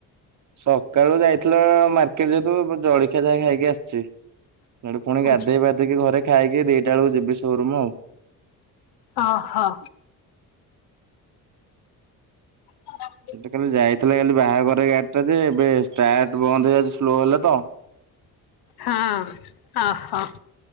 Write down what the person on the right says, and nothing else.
ସକାଳୁ ଯାଇଥିଲ ମାର୍କେଟ ଯେହେତୁ ଜ ଜଳଖିଆ ଯା ଖାଇକି ଆସିଛି ସେଠି ପୁଣି ଗାଧୋଇ
ପାଧେଇକି ଘରେ ଖାଇକି ଦିଟା ବେଳକୁ ଯିବି ସୋରୁମ ଆଉ।
ସେଟା କାଲି ଯାଇଥିଲା କାଲି ବାହାଘର ଗାଡି ଟା ଯେ ଏବେ ଷ୍ଟାଟ ବନ୍ଦ ହେଇଯାଉଛି ସ୍ଲୋ ହେଲା ତ।